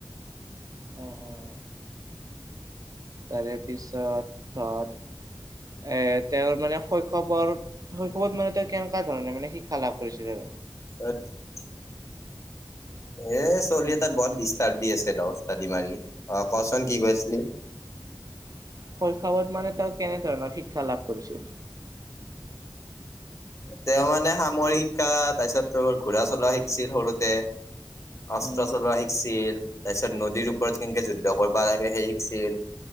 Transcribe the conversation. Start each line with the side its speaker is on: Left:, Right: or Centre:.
Right: অ' অ'। তাৰে পিছত ধৰ, এ তেওঁৰ মানে শৈশৱৰ শৈশৱত মানে তেওঁ কেনেকুৱা ধৰণৰ মানে শিক্ষা লাভ কৰিছিলে?
Left: <unintelligible>
Right: <inaudible>
Left: এ চলি এটা বৰ ডিষ্টাৰ্ব দি আছে ৰ অস্তাদি মাৰি, অ' ক চোন কি কৈ আছিলি।
Right: শৈশৱত মানে তেওঁ কেনেধৰণৰ শিক্ষা লাভ কৰিছিল? <inaudible>
Left: তেওঁ মানে সামৰিক শিক্ষা, তাৰপিছত তোৰ ঘোঁৰা চলোৱা শিকিছিল সৰুতে। অস্ত্ৰ
Right: উম
Left: চলোৱা শিকিছিল, তাৰপিছত নদীৰ ওপৰত কেনেকে যুদ্ধ কৰিব লাগে সেই শিকিছিল